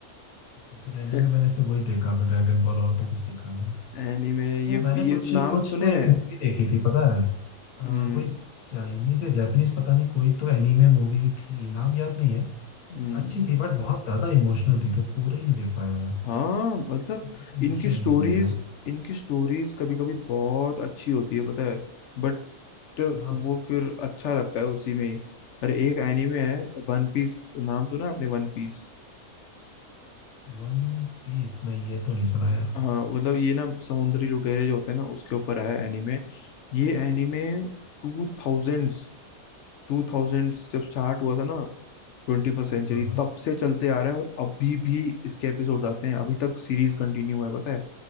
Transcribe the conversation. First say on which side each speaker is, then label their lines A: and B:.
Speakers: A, on the left; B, on the left.
A: तो फिर
B: <laughs>
A: एनीमे मैंने सिर्फ वही देखा फिर ड्रैगन बॉल और तो कुछ देखा नहीं फिर
B: एनीमे ये
A: वो मैंने
B: ये
A: कुछ
B: नाम
A: कुछ
B: सुने
A: तो एक
B: हैं?
A: मूवी देखी थी पता है अ,
B: हम्म
A: कोई चाइनीज या जापानीज पता नहीं कोई तो एनीमे मूवी थी नाम याद नहीं है
B: हम्म
A: अच्छी थी बट बहुत ज्यादा इमोशनल थी तो पूरी नहीं देख पाया मैं
B: हाँ मतलब
A: इतना इमोशनल
B: इनकी स्टोरीज
A: नहीं चाहिए यार
B: इनकी स्टोरीज कभी कभी बहुत अच्छी होती है पता है बट
A: हाँ
B: वो फिर अच्छा लगता है उसी में ही अरे एक एनीमे है वन पीस नाम सुना आपने वन पीस
A: वन पीस नहीं ये तो नहीं सुना यार
B: हाँ मतलब ये ना समुद्री लुटेरे जो होते हैं ना उसके ऊपर है एनीमे ये एनीमे टू थाउजेंड्स टू थाउजेंड्स जब स्टार्ट हुआ था ना ट्वेंटी फर्स्ट सेंचुरी
A: हाँ हाँ
B: तब से चलते आ रहा है और अभी भी इसके एपिसोड्स आते हैं अभी तक सीरीज कंटिन्यू है पता है